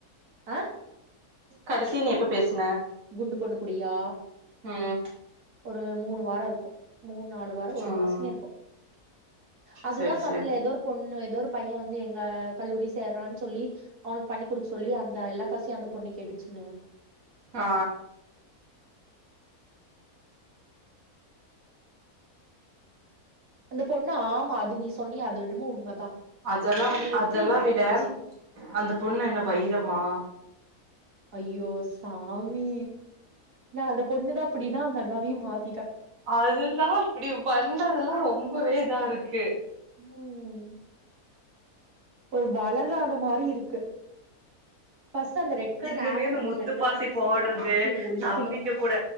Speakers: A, on the right (about 80°); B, on the right (about 60°).
A: ஆ
B: கடசியா நீ எப்ப பேசுன
A: குண்டு பொண்ணு கூடியா
B: ம்
A: ஒரு மூணு வாரோ இருக்கும் மூண் நாலு வாரோம் ஒரு
B: ம்
A: மாசமே இருக்கும் அதுதா
B: செரி
A: சொன்னலே
B: செரி
A: எதோ ஒரு பொண்ணு எதோ ஒருப் பையன் வந்து எங்க கல்லூரி சேர்றான் சொல்லி அவுனுக்கு பண்ணி குடுக் சொல்லி அந்த எல்லா காசயும் அந்த பொண்ணு கேட்டுச்சு னே
B: ஆ
A: அந்த பொண்ணு ஆமா அது நீ ஸ் சொன்னிய அது என்னுமோ உண்மதா
B: அதெல்லா
A: பண்ணி வுட்டுட்டு
B: அதெல்லா
A: இந்த
B: விட
A: பொண்ணு பேசிக்கும்
B: அந்த பொண்ணு என்ன வைரமா
A: ஐயோ சாமி நான் அந்த பொண்ணுதா அப்டின்னா அந்த அண்ணாவயும் மாத்
B: அதுதான் அப்டி பண்றதுலா ரொம்பவே இதா இருக்கு
A: உம் ஒரு வளராத மாரி இருக் இருக்கு ஃபர்ஸ்ட் அந்த ரெட் கலர்
B: இன்னுமே
A: ஆப்ப
B: இந்த
A: வந்து
B: முத்துப்பாசி
A: எல்லாருமே
B: போட்றது
A: சேந்து அழிக்கணு ஒழிக்கணு
B: தம்பிங்க கூட